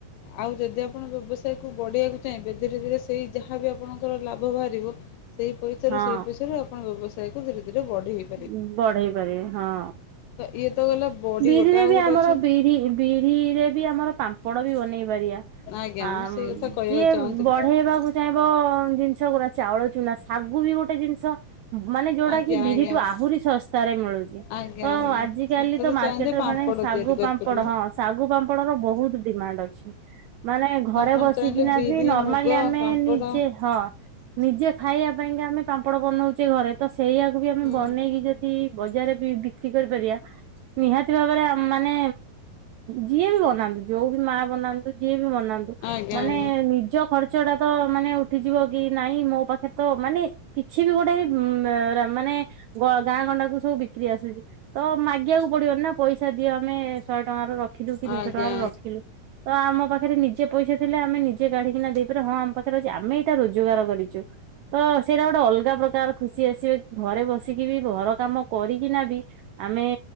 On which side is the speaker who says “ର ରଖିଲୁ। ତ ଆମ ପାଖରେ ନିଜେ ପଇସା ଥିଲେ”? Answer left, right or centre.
Right